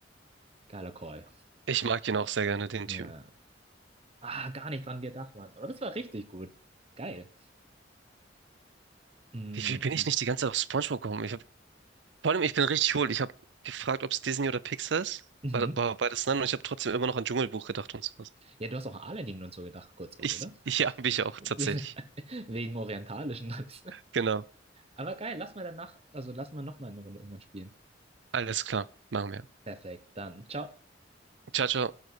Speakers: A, on the right (about 35°); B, on the right (about 70°).
A: geiler Call.
B: Ich mag ihn auch sehr gerne, den
A: Ja.
B: Typen.
A: Ah, gar nicht dran gedacht, Mann. Aber das war richtig gut. Geil. Mm,
B: Wie, wie bin ich nicht die ganze Zeit auf SpongeBob gekommen? Ich hab, vor allem, ich bin richtig hohl. Ich habe gefragt, ob es Disney oder Pixar ist.
A: Mhm.
B: War, war beides nein und ich habe trotzdem immer noch an Dschungelbuch gedacht und sowas.
A: Ja, du hast auch an Aladdin und so gedacht, kurz auch,
B: Ich,
A: oder?
B: <laughs> ich habe ich auch
A: <laughs> Wegen
B: tatsächlich.
A: orientalischen alles.
B: Genau.
A: Aber geil, lass mal danach, also lass mal nochmal eine Runde irgendwann spielen.
B: Alles klar. Machen wir.
A: Perfekt, dann ciao.
B: Ciao, ciao.